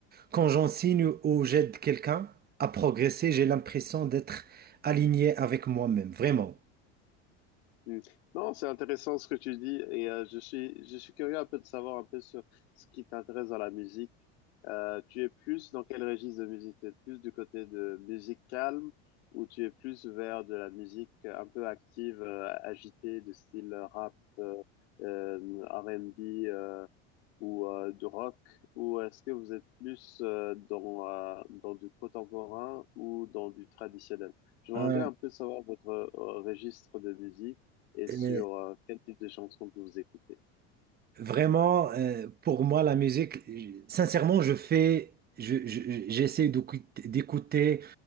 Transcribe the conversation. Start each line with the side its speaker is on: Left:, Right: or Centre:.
Right: Quand j'enseigne ou j'aide quelqu'un à progresser, j'ai l'impression d'être aligné avec moi-même, vraiment.
Left: Mm. Non, c'est intéressant ce que tu dis et euh, je suis je suis curieux un peu de savoir un peu sur ce qui t'intéresse dans la musique. Euh, tu es plus dans quel registre de musique? Tu es plus du côté de musique calme ou tu es plus vers de la musique un peu active, euh, agitée, de style rap, euh, euh, R&B. euh, ou euh, du rock, ou est-ce que vous êtes plus euh, dans, euh, dans du contemporain ou dans du traditionnel? J'aimerais
Right: Hein,
Left: bien un peu savoir votre euh, registre de musique et
Right: euh,
Left: sur euh, quel type de chansons que vous écoutez.
Right: vraiment, euh, pour moi, la musique, je- sincèrement, je fais, je, je- j'essaie d'écouter d'écouter